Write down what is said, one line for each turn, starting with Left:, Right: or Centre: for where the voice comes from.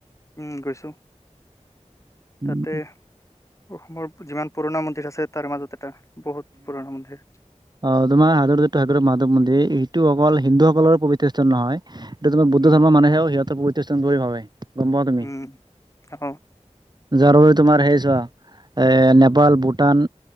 Left: উম গৈছো
Right: উম
Left: তাতে, অসমৰ যিমান পুৰণা মন্দিৰ আছে তাৰ মাজত এটা বহুত পুৰণা মন্দিৰ।
Right: অহ তোমাৰ আগৰ যিতো হাগ্ৰৱ মাধৱ মন্দিৰ সিটো অকল হিন্দুসকলৰ পৱিত্ৰ স্থান নহয়। এইটো তোমাৰ বুদ্ধ
Left: উম
Right: ধৰ্মৰ মানুহে সিহঁতৰ প্ৰৱিএ স্থান বুলি ভাবে গম পাওঁ তুমি।
Left: উম অ
Right: যাৰ বাবে তোমাৰ সেইছোৱা এ নেপাল ভূটান